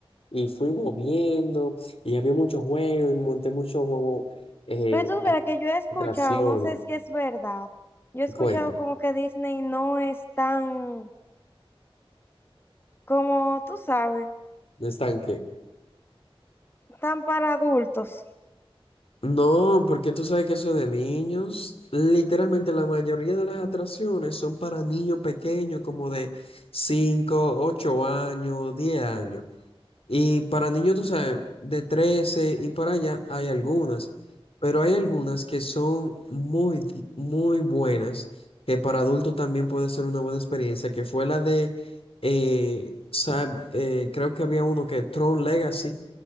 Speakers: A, on the left (about 70°); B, on the left (about 25°).
A: Y fuimos viendo, y había muchos juegos, y monté muchos juegos, eh,
B: Pero tú verás que yo he escuchado,
A: atracciones.
B: no sé si es verdad, yo he escuchado
A: Cuenta,
B: como que Disney no es tan, como tú sabes,
A: ¿no están qué?
B: tan para adultos.
A: No, porque tú sabes que eso es de niños, literalmente la mayoría de las atracciones son para niños pequeños, como de 5 8 años, 10 años. Y para niños, tú sabes, de 13 y para allá hay algunas, pero hay algunas que son muy, di- muy buenas, que para adultos también puede ser una buena experiencia, que fue la de, eh, Sab- eh, creo que había uno que Tron Legacy,